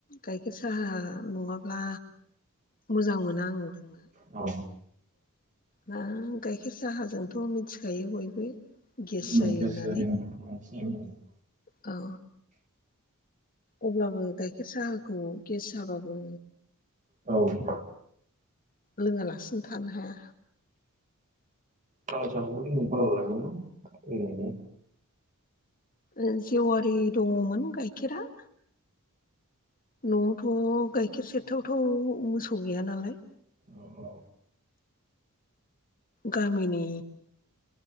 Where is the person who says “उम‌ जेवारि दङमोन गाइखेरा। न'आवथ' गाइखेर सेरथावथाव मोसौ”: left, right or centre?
Left